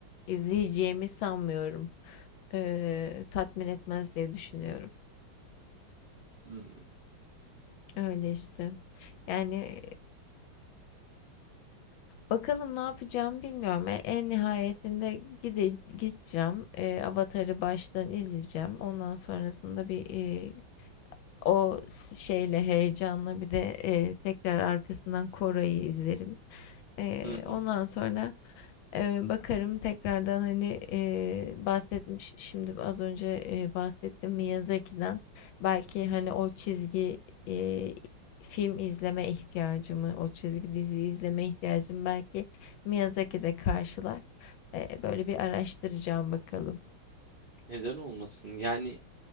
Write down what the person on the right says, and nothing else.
Hı
hı hı.
Neden olmasın? Yani